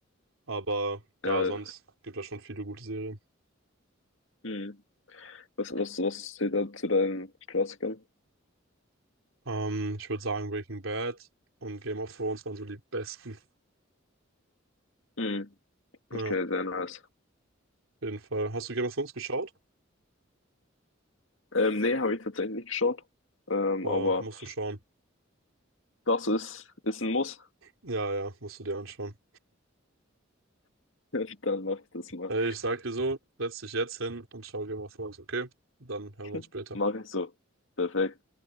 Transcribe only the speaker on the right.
Aber ja,
sonst gibt es schon viele gute Serien.
Ähm, ich würde sagen, Breaking Bad und Game of Thrones waren so die besten.
Ja,
auf
jeden Fall. Hast du Game of Thrones geschaut?
Boah,
musst du schauen.
Ja, ja, musst du dir anschauen.
Also ich sag dir so, setz dich jetzt hin und schau Game of Thrones, okay? Dann
hören wir uns später.